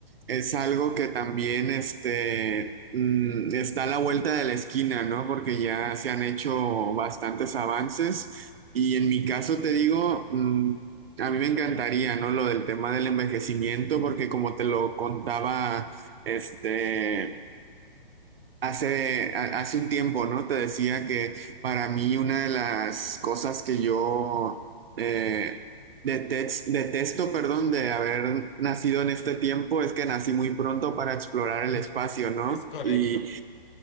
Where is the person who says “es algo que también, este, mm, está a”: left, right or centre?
Right